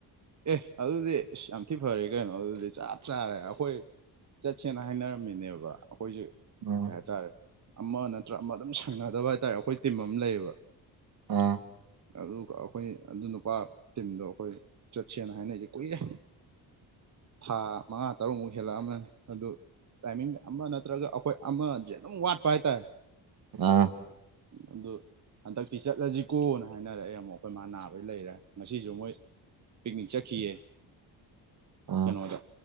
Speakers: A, on the right; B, on the right.
A: ꯑꯦ ꯑꯗꯨꯗꯤ ꯑꯁ ꯌꯥꯝ ꯊꯤ ꯐꯔꯦ ꯀꯩꯅꯣ ꯑꯗꯨꯗꯤ ꯆꯞ ꯆꯥꯔꯦ ꯑꯈꯣꯏ ꯆꯠꯁꯦꯅ ꯍꯥꯏꯅꯔꯝꯃꯤꯅꯦꯕ ꯑꯈꯣꯏꯁꯦ
B: ꯑꯥ
A: ꯀꯩ ꯍꯥꯏꯇꯥꯔꯦ ꯑꯃ ꯅꯠꯇ꯭ꯔ ꯑꯃ ꯑꯗꯨꯝ ꯁꯪꯅꯗꯕ ꯍꯥꯏꯇꯥꯔꯦ ꯑꯩꯈꯣꯏ ꯇꯤꯝ ꯑꯃ ꯂꯩꯌꯦꯕ
B: ꯑꯥ
A: ꯑꯗꯨꯒ ꯑꯈꯣꯏ ꯑꯗꯨ ꯅꯨꯄꯥ ꯇꯤꯝꯗꯣ ꯑꯈꯣꯏ ꯆꯠꯁꯦꯅ ꯍꯥꯏꯅꯩꯖꯦ ꯀꯨꯏꯔꯦ ꯊꯥ ꯃꯉꯥ ꯇꯔꯨꯛꯃꯨꯛ ꯍꯦꯜꯂꯑꯝꯃꯅꯤ ꯑꯗꯨ ꯇꯥꯏꯃꯤꯡ ꯑꯃ ꯅꯠꯇ꯭ꯔꯒ ꯑꯈꯣꯏ ꯑꯃꯖꯦ ꯑꯗꯨꯝ ꯋꯥꯠꯄ ꯍꯥꯏꯇꯥꯔꯦ
B: ꯑ
A: ꯑꯗꯨ ꯍꯟꯗꯛꯇꯤ ꯆꯠꯂꯁꯤꯀꯣꯅ ꯍꯥꯏꯅꯔꯛꯑꯦ ꯑꯃꯨꯛ ꯑꯩꯈꯣꯏ ꯃꯥ ꯅꯥꯕꯩ ꯂꯩꯔꯦ ꯉꯁꯤꯁꯨ ꯃꯣꯏ ꯄꯤꯛꯅꯤꯛ ꯆꯠꯈꯤꯌꯦ
B: ꯑꯥ
A: ꯀꯩꯅꯣꯗ